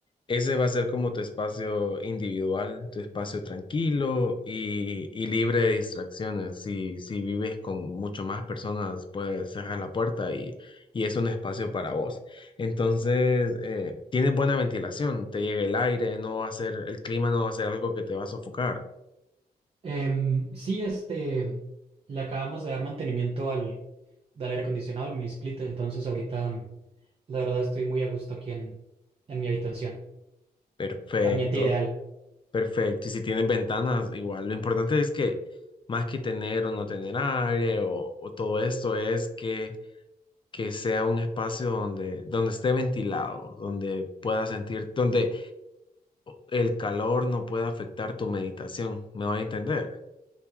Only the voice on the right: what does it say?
Em, sí, este, le acabamos de dar mantenimiento al, del aire acondicionado, al mini split, entonces ahorita mm, la verdad estoy muy a gusto aquí en, en mi habitación.
Ambiente ideal.